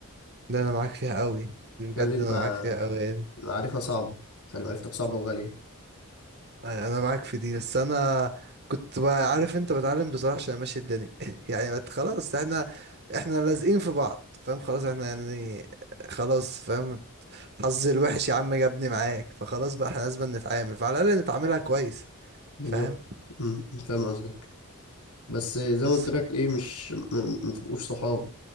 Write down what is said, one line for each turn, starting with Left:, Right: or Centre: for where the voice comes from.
Right: ده أنا معاك فيها قوي دي
Left: خلي
Right: بجد
Left: الم-
Right: أنا معاك فيها قوي يعني
Left: المعرفة صعبة خلي معرفتك صعبة وغالية
Right: أنا معاك في دي بس أنا كنت بقى عارف أنت بتعلم بصراحة عشان ماشي الدنيا <laughs> يعني بت- خلاص احنا احنا لازقين في بعض فاهم خلاص احنا يعني خلاص فاهم حظي الوحش يا عم جابني معاك فخلاص بقى احنا لازم نتعامل فعلى الاقل نتعاملها كويس
Left: بالظبط
Right: فاهم
Left: م- م، فاهم قصدك بس آه، زي
Right: بس
Left: ما قلت لك ايه مش م- م- ما تبقوش صحاب